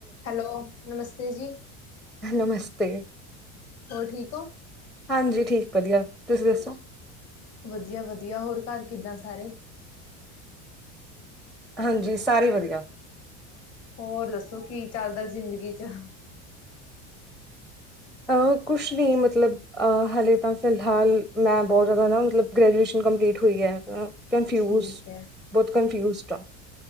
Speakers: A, on the left; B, in the centre.
A: Hello, ਨਮਸਤੇ ਜੀ।
B: ਨਮਸਤੇ।
A: ਹੋਰ ਠੀਕ ਓ?
B: ਹਾਂਜੀ ਠੀਕ ਵਦੀਆ, ਤੂਸੀ ਦੱਸੋ?
A: ਵਦੀਆ-ਵਦੀਆ, ਹੋਰ ਘਾਰ ਕਿੱਦਾਂ ਸਾਰੇ?
B: ਹਾਂਜੀ, ਸਾਰੇ ਵਦੀਆ।
A: ਹੋਰ ਦੱਸੋ ਕੀ ਚਲਦਾ ਜ਼ਿੰਦਗੀ ਚ?
B: ਅ ਕੁੱਛ ਨੀ ਮਤਲਬ ਅ ਹਲੇ ਤਾਂ ਫਿਲਹਾਲ, ਮੈਂ ਬੋਤ ਜਾਦਾ ਨਾ ਮਤਲਬ ਗ੍ਰੈਜੂਏਸ਼ਨ ਕੰਪਲੀਟ ਹੋਈ ਐ, ਅ ਕਨਫਿਊਜ਼
A: ਠੀਕ ਹੈ
B: ਬੋਤ ਕਨਫਿਊਜ਼ਡ ਆਂ।